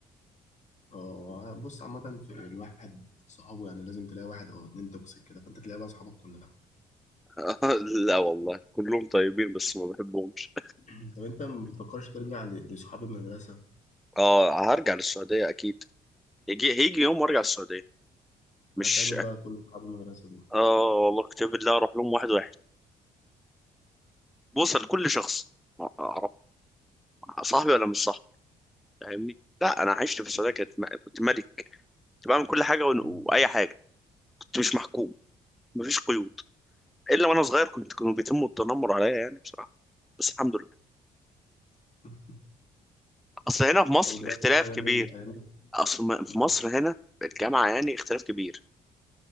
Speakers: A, on the left; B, in the centre.
A: اه بص عامة في الواحد صحابه يعني لازم تلاقي واحد او اتنين توكسيك كده فانت تلاقي بقى صحابك كلها
B: <laughs> لا والله كلهم طيبين بس ما بحبهمش
A: <clears throat> طب انت ما بتفكرش ترجع ل- لصحاب المدرسة
B: اه هرجع للسعودية اكيد يجي هيجي يوم وارجع السعودية مش
A: هتقابل
B: <laughs>
A: بقى كل صحاب المدرسة دول
B: اه والله كتاب الله اروح لهم واحد واحد بوصل لكل شخص اعرف صاحبي ولا مش صاحبي فاهمني لا انا عشت في السعودية
A: مم.
B: كنت كنت ملك كنت بعمل كل حاجة وأنا-
A: مم.
B: واي حاجة كنت مش محكوم مفيش قيود الا وانا صغير كنت كانوا بيتموا التنمر عليا يعني بصراحه بس الحمد لله
A: <laughs>
B: اصل هنا في مصر
A: طب دلوقتي
B: اختلاف
A: بقى ايام
B: كبير
A: ال- ايام
B: اصل م- في
A: مم.
B: مصر هنا الجامعه يعني اختلاف كبير